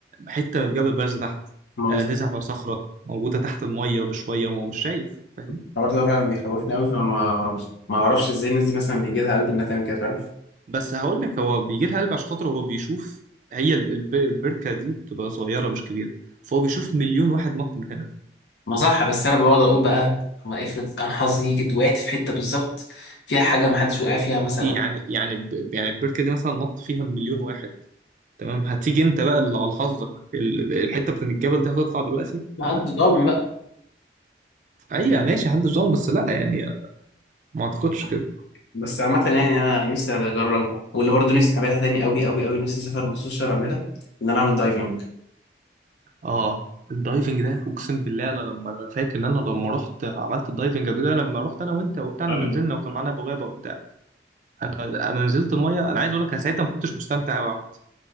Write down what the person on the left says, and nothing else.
ما
بز-
الحوار ده فعلا بيخوفني قوي فما ما ما اعرفش ازاي الناس دي مثلا بيجي لها قلب انها تعمل كده فاهم
ما صح بس انا بقعد اقول بقى طب ما افرض انا حظي جيت وقعت في حته بالظبط فيها حاجه ما حدش وقع فيها مثلا
او
ما
حدش ضامن بقى
بس عامه يعني انا نفسي اجربها واللي برضه نفسي اعملها تاني قوي قوي قوي نفسي اسافر مخصوص عشان اعملها ان انا اعمل دايفنج
ايوه